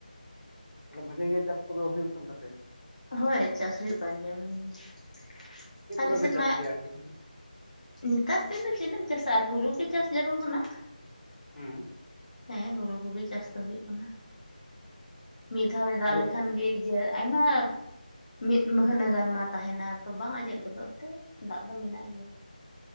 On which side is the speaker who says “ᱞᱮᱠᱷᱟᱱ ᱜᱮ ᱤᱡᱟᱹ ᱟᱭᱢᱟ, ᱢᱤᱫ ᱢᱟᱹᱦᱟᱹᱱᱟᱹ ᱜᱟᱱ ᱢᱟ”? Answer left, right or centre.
Left